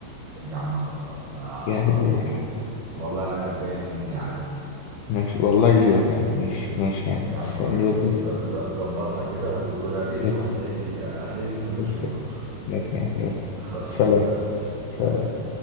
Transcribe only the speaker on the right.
يا عم خلصان انا
و... و... والله انا جايه مني عادي
يا عم خلصان
ز- ز- ظبطها كده و- ولغيني
وهتلاقيني هتلاقيني مستنيك
في المطار
<laughs> خلصان
يا باشا سلام